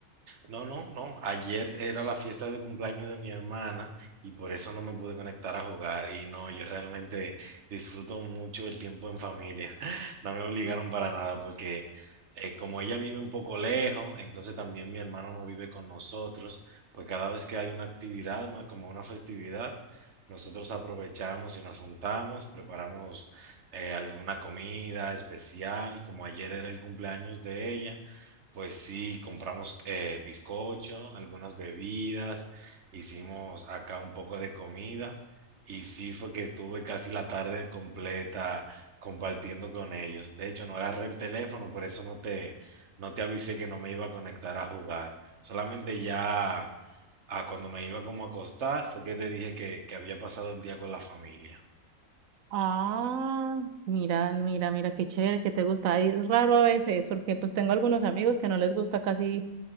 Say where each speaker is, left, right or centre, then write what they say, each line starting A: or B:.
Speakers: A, on the right (about 60°); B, on the right (about 80°).
A: No, no, no. Ayer era la fiesta de cumpleaños de mi hermana y por eso no me pude conectar a jugar. Y no, yo realmente disfruto mucho el tiempo en familia. <laughs> No me obligaron para nada porque eh, como ella vive un poco lejos, entonces también mi hermano no vive con nosotros, pues cada vez que hay una actividad, ¿no? como una festividad, nosotros aprovechamos y nos juntamos, preparamos eh, alguna comida especial, como ayer era el cumpleaños de ella. Pues sí, compramos eh, bizcocho, algunas bebidas, hicimos acá un poco de comida y sí fue que estuve casi la tarde completa compartiendo con ellos. De hecho, no agarré el teléfono, por eso no te, no te avisé que no me iba a conectar a jugar. Solamente ya a cuando me iba como a acostar fue que te dije que, que había pasado el día con la familia.
B: Ah, mira, mira, mira, qué chévere, que te gusta. Ay, Es raro a veces, porque pues tengo algunos amigos que no les gusta casi